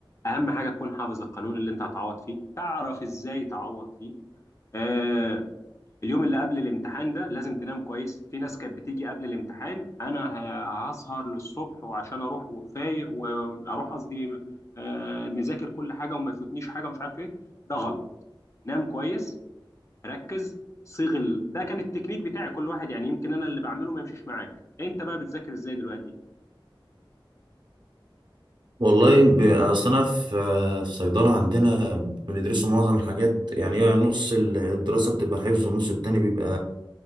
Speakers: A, on the left (about 35°); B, on the right (about 55°).
A: اهم حاجه تكون حافظ القانون اللي انت هتعوض فيه تعرف ازاي تعوض فيه آه اليوم اللي قبل الامتحان ده لازم تنام كويس في ناس كانت بتيجي قبل الامتحان انا ه- هسهر للصبح وعشان اروح وفايق واروح قصدي آه مذاكر كل حاجه وما يفوتنيش حاجه مش عارف ايه ده غلط نام كويس ركز صيغ ال... ده كان التكنيك بتاعي كل واحد يعني يمكن انا اللي بعمله ما يمشيش معاك انت بقى بتذاكر ازاي دلوقتي
B: والله ب- أصل أنا في آه، في صيدلة عندنا بندرسوا معظم الحاجات يعني هي نص الدراسة بتبقى حفظ والنص التاني بيبقى